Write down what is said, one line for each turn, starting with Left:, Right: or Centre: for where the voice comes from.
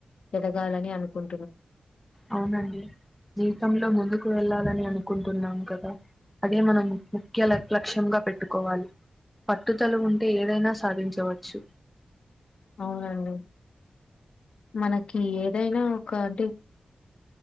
Left: ఎదగాలని అనుకుం
Centre: అవునండి జీవితంలో ముందుకు వెళ్ళాలని అనుకు కుంటున్నాం కదా అదే మనం ముఖ్య లక్ లక్ష్యంగా పెట్టుకోవాలి పట్టుదల ఉంటే ఏదైనా సాధించవచ్చు
Left: అవునండి మనకి ఏదైనా ఒక అంటే